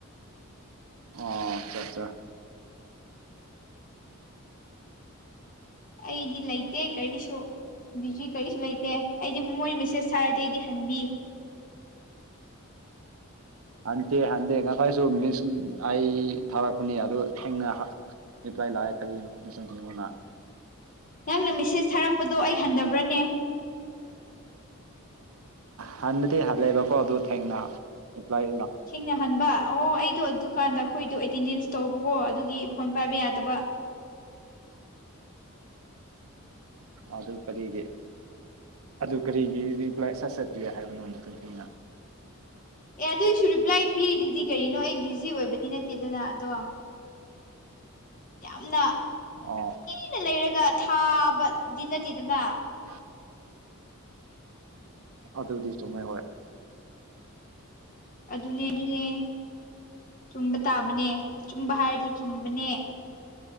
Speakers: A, on the right; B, on the left.
A: ꯑꯣ ꯑꯆꯥ ꯑꯆꯥ
B: ꯑꯩꯗꯤ ꯂꯩꯇꯦ ꯀꯔꯤꯁꯨ ꯕꯤꯖꯤ ꯀꯔꯤꯁꯨ ꯂꯩꯇꯦ ꯑꯩꯗꯤ ꯃꯣꯏ ꯃꯦꯁꯦꯁ ꯊꯥꯔꯗꯤ ꯑꯩꯗꯤ ꯍꯟꯕꯤ
A: ꯍꯟꯊꯦ ꯍꯟꯊꯦ ꯉꯁꯥꯏꯁꯨ ꯃꯤꯁ ꯑꯩ ꯊꯥꯔꯛꯄꯅꯤ ꯑꯗꯨ ꯊꯦꯡꯅ ꯔꯤꯄ꯭ꯂꯥꯏ ꯂꯥꯛꯑꯦ ꯀꯔꯤꯒꯤꯅꯣ ꯐꯖꯅ ꯌꯦꯉꯨꯅ
B: ꯅꯪꯅ ꯃꯦꯁꯦꯁ ꯊꯥꯔꯛꯄꯗꯣ ꯑꯩ ꯍꯟꯊꯕ꯭ꯔꯅꯦ
A: ꯍꯟꯕꯗꯤ ꯍꯜꯂꯦꯕꯀꯣ ꯑꯗꯨ ꯊꯦꯡꯅ ꯄ꯭ꯂꯥꯏ
B: ꯁꯤꯡꯅ ꯐꯍꯟꯕ ꯑꯣ ꯑꯩꯗꯣ ꯑꯗꯨꯀꯥꯟꯗ ꯑꯩꯈꯣꯏꯗꯣ ꯑꯦꯇꯦꯟꯗꯦꯟꯁ ꯇꯧꯕꯀꯣ ꯑꯗꯨꯒꯤ ꯐꯣꯟ ꯄꯥꯏꯕ ꯌꯥꯗꯕ
A: ꯑꯗꯨ ꯀꯔꯤꯒꯤ ꯑꯗꯨ ꯀꯔꯤꯒꯤ ꯔꯤꯄ꯭ꯂꯥꯏ ꯁꯠ ꯆꯠꯄꯤꯒꯦ ꯍꯥꯏꯕꯅꯣ ꯇꯊꯤꯅ
B: ꯑꯦ ꯑꯗꯨꯒꯤꯁꯨ ꯔꯤꯄ꯭ꯂꯥꯏ ꯄꯤꯔꯤꯗꯨꯗꯤ ꯀꯔꯤꯅꯣ ꯑꯩ ꯕꯤꯖꯤ ꯑꯣꯏꯕꯗꯤ ꯅꯠꯇꯦꯗꯅ ꯑꯗꯣ ꯌꯥꯝꯅ
A: ꯑꯣ
B: ꯑꯩꯅ ꯂꯩꯔꯒ ꯊꯥꯕꯗꯤ ꯅꯠꯇꯦꯗꯅ
A: <unintelligible> ꯑꯗꯨꯗꯤ ꯆꯨꯝꯃꯦ ꯍꯣꯏ
B: ꯑꯗꯨꯅꯦ ꯑꯗꯨꯅꯦ ꯆꯨꯝꯕ ꯇꯥꯕꯅꯦ ꯑꯆꯨꯝꯕ ꯍꯥꯏꯔꯗꯤ ꯆꯨꯝꯕꯅꯦ